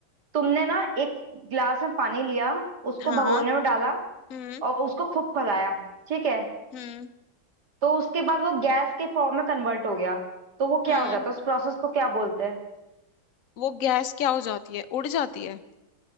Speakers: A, on the right; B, on the left.
A: तुमने ना एक गिलास में पानी लिया उसको
B: हाँ
A: भगोने में डाला
B: हम्म
A: और उसको खूब खौलाया ठीक है
B: हम्म
A: तो उसके बाद वो गैस के फॉर्म में कन्वर्ट हो गया तो वो क्या
B: हम्म
A: हो जाता है उस प्रोसेस को क्या बोलते हैं
B: वो गैस क्या हो जाती है उड़ जाती है